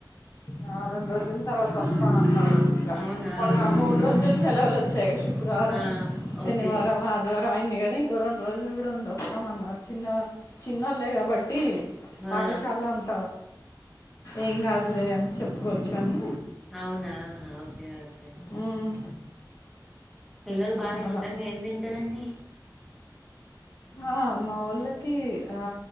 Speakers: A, on the left; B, in the centre.
A: ఆ వారం రోజుల తర్వాత వస్తా అన్నారు
B: అవునా
A: మొన్న మూడు
B: ఊహూ
A: రోజులు సెలవులు వచ్చాయి శుక్రవారం
B: ఆ
A: శనివారం
B: ఓకే
A: ఆది వారం అయింది కదా ఇంకో రెండు రోజులు కూడా ఉండి వస్తామన్నారు చిన్న చిన్నళ్ళ కాబట్టి పాఠశాల
B: ఆ
A: అంతా ఏం కాదులే అని చెప్పుకోవచ్చు అని
B: అవునా ఓకే ఓకే
A: ఉమ్
B: పిల్లలు బాగా
A: అలా
B: ఇష్టంగా ఏం తింటారండి
A: ఆ మా ఓళ్ళకి ఆ